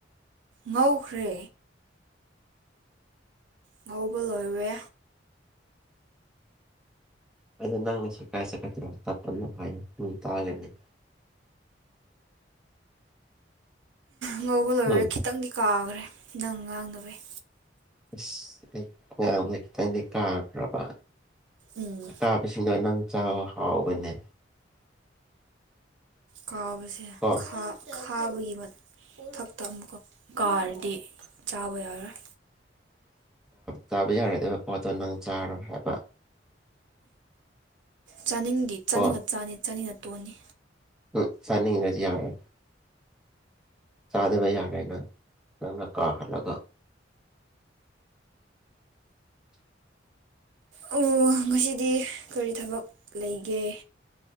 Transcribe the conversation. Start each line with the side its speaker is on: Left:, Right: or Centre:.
Right: ꯃꯧꯈ꯭ꯔꯦ ꯉꯧꯕ ꯂꯣꯏꯋꯦ
Centre: ꯑꯗ ꯅꯪ ꯆ ꯀꯥꯏꯁ ꯈꯇꯔꯣ ꯇꯞꯂꯝ ꯍꯥꯏꯌꯣ ꯃꯤ ꯇꯥꯒꯟꯅꯅꯤ
Right: ꯉꯧꯕ ꯂꯣꯏꯔꯦ
Centre: ꯎꯝ
Right: ꯈꯤꯇꯪꯗꯤ ꯀꯥꯈ꯭ꯔꯦ ꯅꯪ ꯉꯥꯡꯅꯕꯩ
Centre: ꯏꯁ ꯑꯩ ꯃꯌꯥꯝꯅ ꯈꯤꯇꯪꯅꯦ ꯀꯥꯔꯕ꯭ꯔꯕ
Right: ꯎꯝ
Centre: ꯑꯇꯥꯕꯁꯤꯡꯗꯣ ꯅꯪ ꯆ ꯍꯥꯎꯕꯅꯦ
Right: ꯀꯥꯕꯁꯦ
Centre: ꯀꯣ
Right: ꯈꯥ ꯊꯥꯕꯒꯤ ꯃꯊꯛꯇ ꯑꯃꯨꯛꯀ ꯀꯥꯔꯗꯤ ꯆꯥꯕ ꯌꯥꯔꯣꯏ
Centre: ꯆꯥꯕ ꯌꯥꯔꯣꯏꯗꯕ ꯄꯣꯠꯇꯣ ꯅꯪ ꯆꯥꯔꯣ ꯍꯥꯏꯕ
Right: ꯆꯥꯅꯤꯡꯗꯤ ꯆꯥꯅꯤꯡꯉ
Centre: ꯀꯣ
Right: ꯆꯥꯅꯤ ꯆꯥꯅꯤꯡꯅ ꯇꯣꯟꯅꯤ
Centre: ꯎꯝ ꯐꯅꯤꯡꯗ ꯌꯥꯔꯦ ꯆꯥꯗꯕ ꯌꯥꯔꯦ ꯅꯪ ꯅꯪꯅ ꯀꯥꯍꯜꯂꯒ <inaudible>
Right: ꯑꯣ ꯉꯁꯤꯗꯤ ꯀꯔꯤ ꯊꯕꯛ ꯂꯩꯒꯦ